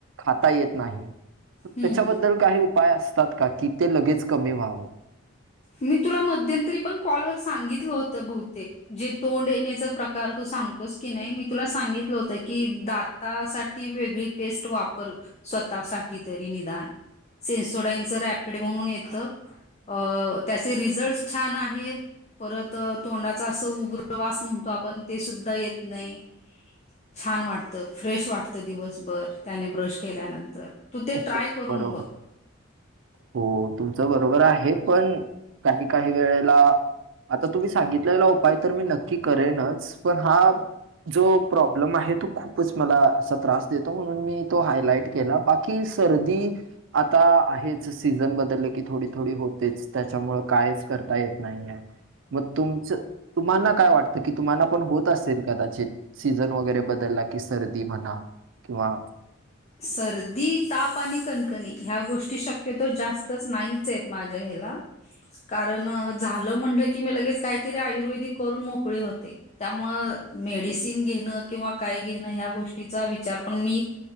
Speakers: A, on the right; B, on the left.
A: खाता येत नाही त्याच्याबद्दल
B: हम्म हम्म.
A: काही उपाय असतात का की ते लगेच कमी व्हावं
B: मी तुला मध्यंतरी पण कॉलवर सांगितलं होतं बहुतेक जे तोंड येण्याचा प्रकार तू सांगतोस की नाही मी तुला सांगितलं होतं की दात दा साठी वेगळी पेस्ट वापर स्वतः साठी तरी निदान सेनसोडाईनचं रॅपिड म्हणून येतं अ त्याचे रिझल्टस छान आहेत. परत तोंडाचा असं उग्रवास म्हणतो आपण ते सुद्धा येत नाही. छान वाटत फ्रेश वाटतं दिवसभर त्याने ब्रश केल्यानंतर. तू ते
A: हो
B: ट्राय करून
A: बरोबर
B: बघ
A: हो तुमचं बरोबर आहे पण काही काही वेळेला आता तुम्ही सांगितलेला उपाय तर मी नक्की करेनच पण हा जो प्रॉब्लेम आहे तो खूपच मला असा त्रास देतो, म्हणून मी तो हायलाईट केला बाकी की सर्दी आता आहेच सीझन बदलले की थोडी थोडी होतेच त्याच्यामुंळ कायच करता येत नाहीये. मग तुमच तुम्हाना काय वाटतं की तुम्हाना पण होत असेल कदाचित. सीझन वगैरे बदलला की सर्दी म्हणा किंवा-
B: सर्दी ताप आणि कणकणी ह्या गोष्टी शक्यतो जास्तच नाहीच आहेत माझ्या ह्याला कारण झालं म्हणलं की मी लगेच काहीतरी आयुर्वेदिक करून मोकळी होते. त्यामुळ मेडिसिन घेणं किंवा काय घेणं ह्या गोष्टीचा विचार पण मी